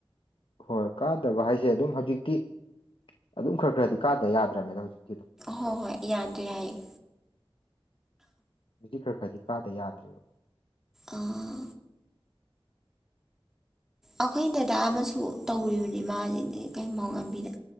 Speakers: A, on the left; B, in the centre.
A: ꯍꯣꯏ ꯀꯥꯗꯕ ꯍꯥꯏꯁꯦ ꯑꯗꯨꯝ ꯍꯧꯖꯤꯛꯇꯤ ꯑꯗꯨꯝ ꯈꯔ ꯈꯔꯗꯤ ꯀꯥꯗ ꯌꯥꯗ꯭ꯔꯕꯅꯤꯅ ꯍꯧꯖꯤꯛꯇꯤ ꯑꯗꯨꯝ
B: ꯍꯣ ꯍꯣꯏ ꯌꯥꯗ꯭ꯔꯦ ꯌꯥꯏꯌꯦ
A: ꯈꯔ ꯈꯔꯗꯤ ꯀꯥꯗ ꯌꯥꯗ꯭ꯔꯦꯕ
B: ꯑꯥ ꯑꯩꯈꯣꯏ ꯗꯗꯥ ꯑꯃꯁꯨ ꯇꯧꯔꯤꯕꯅꯤ ꯃꯥꯁꯤꯅꯦ ꯀꯩꯨꯝꯕꯥꯎ ꯂꯝꯕꯤꯗ